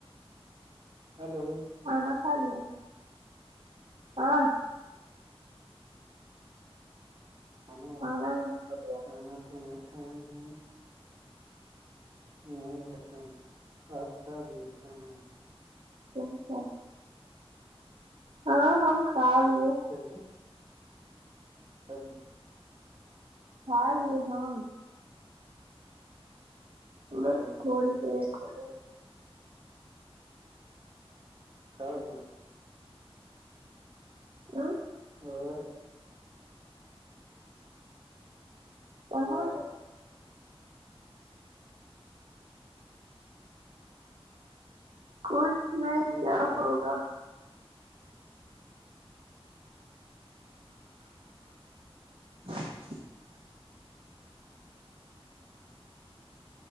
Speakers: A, on the right; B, on the right.
A: ہلو
B: کھانا کھا لیا ہاں
A: کانا
B: کھانا وانا ہو گیا
A: کھانا تو نہیں کھائے ہ نہیں ہے کھانا آپ کھا لیے کھانا
B: اچ س <unintelligible> ہاں ہم کھا لیے
A: <unintelligible> سب <unintelligible>
B: ہاں لے ہاں بس
A: او
B: تھوڑی دیر ہوی
A: کاب
B: ہ
A: اور
B: کہاں
A: کیا
B: ہے کچھ میں
A: ہم
B: کیا
A: تو گھر
B: ہوگا <unintelligible>